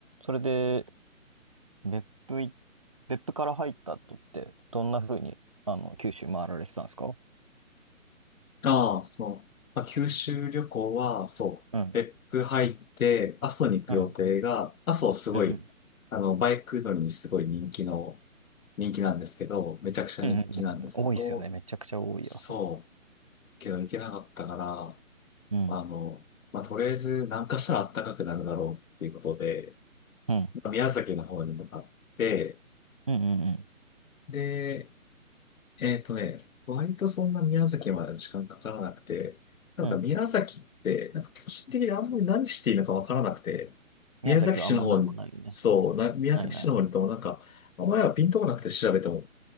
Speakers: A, on the right; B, on the left.
A: それで、別府い、別府から入った後って、どんなう風に、あの、九州回られてたんですか
B: ああ、そう。まあ、九州旅行は、そう、
A: うん。
B: 別府入って、阿蘇に行く予定が、
A: うん。
B: 阿蘇すごい、
A: うん。うん。
B: あの、バイク乗りにすごい人気の、人気なんですけど、めちゃくちゃ人気なんですけど、
A: うんうんうん多いですよね。めちゃくちゃ多い、
B: そう、
A: やそ
B: けど行けなかったから、
A: う。うん。
B: まあの、まあ、とりあえず南下したら暖かくなるだろうっていうことで、
A: うん。
B: まあ宮崎の方に向かって、
A: うんうんうん。
B: で、えっとね、割とそんな宮崎まで時間かからなくて、なんか宮崎って、
A: う。うんうんうん
B: なんか個人的にあんまり何していいのかわからなくて、宮崎市の方に、
A: 宮崎はあんまなんもないよね。
B: そう、な、宮崎市の方に行ってもなんか、
A: ないない。
B: あんまりはピンとこなくて調べても、